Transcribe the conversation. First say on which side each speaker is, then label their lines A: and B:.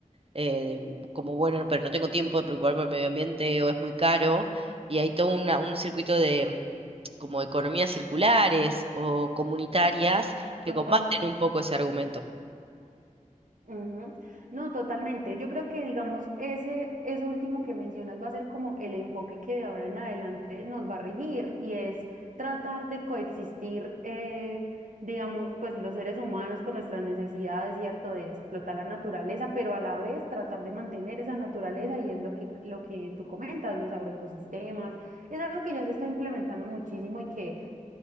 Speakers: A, on the right (about 45°); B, on the right (about 75°).
A: eh, de- como bueno, pero no tengo tiempo de preocuparme por el medio ambiente o es muy caro, y hay todo una- un circuito de mm, como economías circulares o comunitarias que
B: Total.
A: combaten un poco ese argumento.
B: Ujú. No, totalmente. Yo creo que, digamos, ese, eso último que mencionas va a ser como el enfoque que de ahora en adelante nos va a regir y es tratar de coexistir, eh, digamos, pues los seres humanos con nuestras necesidades, ¿cierto? De explotar la naturaleza, pero a la vez tratar de mantener esa naturaleza y es lo que, lo que tú comentas, los agroecosistemas. Es algo que ya se está implementando muchísimo y que